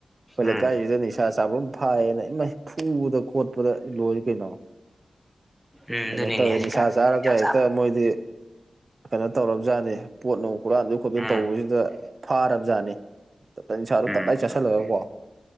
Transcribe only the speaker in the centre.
ꯎꯝ
ꯎꯝ
ꯑꯗꯨꯅꯤꯅꯦ
ꯍꯧꯖꯤꯛꯀꯥꯟꯁꯤ
ꯆꯥꯕ
ꯎꯝ
ꯎꯝ